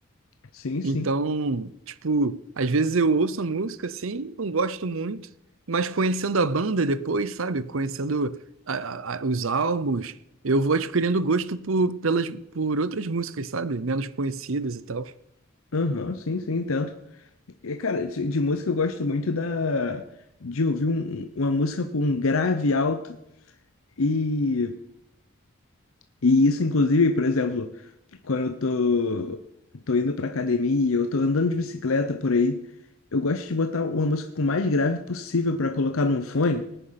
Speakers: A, on the left (about 70°); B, on the right (about 65°).
A: Sim, sim.
B: Então, tipo, às vezes eu ouço a música assim, não gosto muito, mas conhecendo a banda depois, sabe? Conhecendo a- a- a- os álbuns, eu vou adquirindo gosto por, pelas, por outras músicas, sabe? Menos conhecidas e tal.
A: Aham, sim, sim, entendo. E, Cara, de de música eu gosto muito da de ouvir um- uma música com um grave alto e E isso, inclusive, por exemplo, quando eu tô, tô indo pra academia, eu tô andando de bicicleta por aí, eu gosto de botar uma música com o mais grave possível pra colocar num fone,